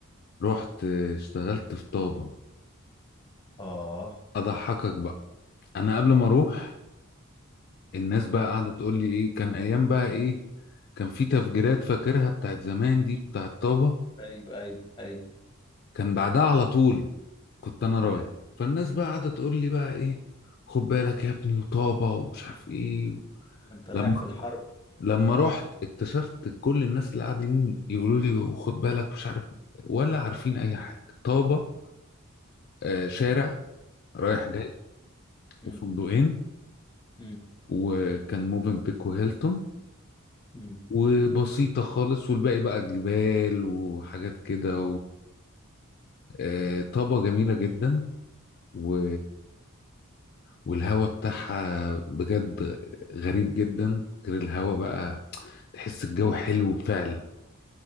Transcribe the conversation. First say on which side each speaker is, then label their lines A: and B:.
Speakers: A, on the left; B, on the left.
A: رحت اشتغلت في طابة
B: اه
A: اضحكك بقى انا قبل ما اروح الناس بقى قاعدة تقول لي ايه كان ايام بقى ايه كان في تفجيرات فاكرها بتاعت زمان دي بتاعت طابة
B: ايوه ايوه ايوه
A: كان بعدها على طول كنت انا راجع
B: يا
A: فالناس بقى قاعدة تقول لي بقى ايه خد بالك يا ابني وطابة ومش عارف ايه و...
B: انت رايح
A: لما
B: في الحرب
A: لما رحت اكتشفت كل الناس اللي قاعدين يقولوا لي خد بالك مش عارف ولا عارفين اي حاجة طابة آه، شارع رايح جاي
B: مم.
A: وفندقين
B: مم.
A: وكان موفنبيك وهيلتون
B: مم.
A: وبسيطة خالص والباقي بقى جبال وحاجات كده وطابة جميلة جدا و... والهوا بتاعها بجد غريب جدا غير الهوا بقى تحس الجو حلو فعلا